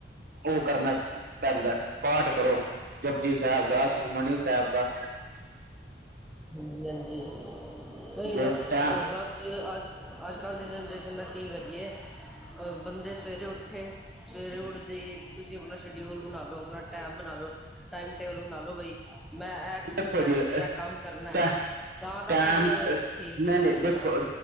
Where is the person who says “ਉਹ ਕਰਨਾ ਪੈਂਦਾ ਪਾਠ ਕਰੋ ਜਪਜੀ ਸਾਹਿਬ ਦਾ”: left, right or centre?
Right